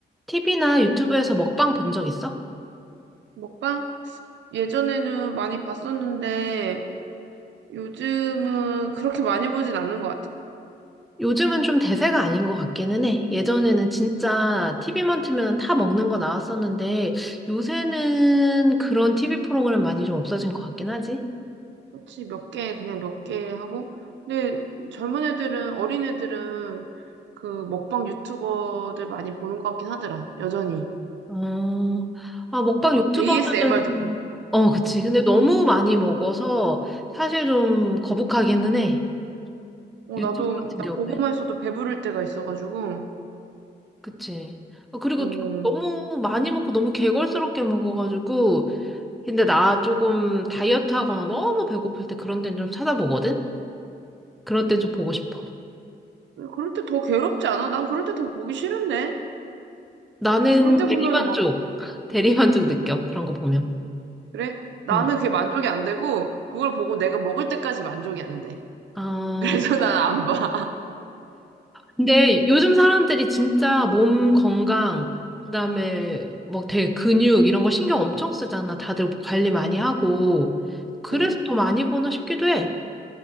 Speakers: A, in the centre; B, on the right.
A: TV나 유튜브에서 먹방 본 적 있어?
B: 먹방? 예전에는 많이 봤었는데 요즘은 그렇게 많이 보진 않는 것 같아.
A: 요즘은 좀 대세가 아닌 것 같기는 해. 예전에는 진짜 TV만 틀면 다 먹는 거 나왔었는데 요새는 그런 TV 프로그램 많이 좀 없어진 것 같긴 하지.
B: 그렇지, 몇 개, 그냥 몇 개 하고. 근데 젊은 애들은, 어린 애들은 그 먹방 유튜버들 많이 보는 것 같긴 하더라, 여전히.
A: 어, 아, 먹방
B: 어,
A: 유튜버
B: ASMR
A: 하면,
B: 듣고.
A: 어, 그치. 근데 너무 많이 먹어서 사실 좀 거북하기는 해.
B: 어,
A: 유튜브
B: 나도,
A: 같은
B: 나
A: 경우에.
B: 보고만 있어도 배부를 때가 있어가지고.
A: 그치. 어, 그리고
B: 어,
A: 좀 너무 많이 먹고 너무 개걸스럽게 먹어가지고 근데 나 조금 다이어트 하거나 너무 배고플 때 그런 데는 좀 찾아보거든? 그럴 땐 좀 보고 싶어.
B: 그럴 때 더 괴롭지 않아? 난 그럴 때 더 보기 싫은데?
A: 나는
B: 그럴 때보면막
A: 대리만족, 대리만족 느껴. 그런 거 보면.
B: 그래? 나는
A: 음.
B: 그게 만족이 안 되고, 그걸 보고 내가 먹을 때까지 만족이 안 돼.
A: 아,
B: <laughs> 그래서 난 안 봐.
A: 근데 요즘 사람들이 진짜 몸 건강, 그다음에 뭐 되게 근육 이런 거 신경 엄청 쓰잖아. 다들 관리 많이 하고. 그래서
B: 응.
A: 더 많이 보나 싶기도 해.